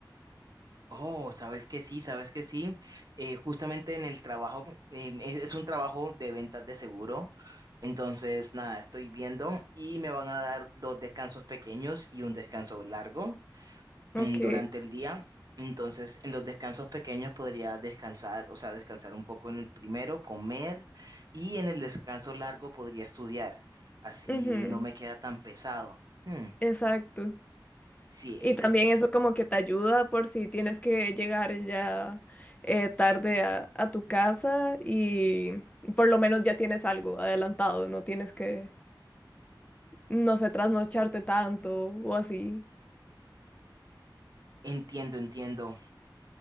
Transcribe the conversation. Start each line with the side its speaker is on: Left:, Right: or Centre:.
Right: Oh, sabes que sí, sabes que sí. Eh, justamente en el trabajo, eh, es, es un trabajo de ventas de seguro. Entonces, nada, estoy viendo y me van a dar dos descansos pequeños y un descanso largo mm,
Left: Ok.
Right: durante el día. Entonces, en los descansos pequeños podría descansar, o sea, descansar un poco en el primero, comer y en el descanso largo podría estudiar. Así
Left: Ujú,
Right: no me queda tan pesado. Hmm,
Left: Exacto.
Right: Sí,
Left: Y
Right: ese
Left: también
Right: es,
Left: eso como que te ayuda por si tienes que llegar ya eh, tarde a, a tu casa y por lo menos ya tienes algo adelantado, no tienes que, no sé, trasnocharte tanto o así.
Right: entiendo, entiendo.